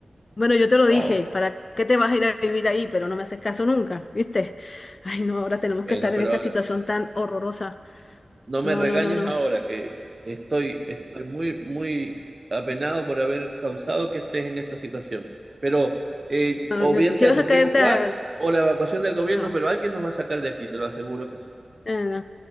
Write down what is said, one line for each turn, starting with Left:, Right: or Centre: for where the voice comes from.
Left: Bueno, yo te lo
Right: Wow.
Left: dije, ¿para qué te vas a ir a vivir ahí? Pero no me haces caso nunca, ¿viste? Ay, no, ahora tenemos
Right: Bueno,
Left: que estar
Right: pero
Left: en esta
Right: ahora,
Left: situación tan horrorosa.
Right: no me
Left: No,
Right: regañes
Left: no, no, no.
Right: ahora que estoy, estoy muy, muy apenado por haber causado que estés en esta situación. Pero eh,
Left: no,
Right: o
Left: lo
Right: bien
Left: que
Right: sea
Left: quiero
Right: tu
Left: es
Right: primo
Left: caerte
Right: Juan
Left: a...
Right: o la evacuación del gobierno,
Left: No,
Right: pero alguien nos va a sacar de aquí, te lo aseguro que sí.
Left: eh, no.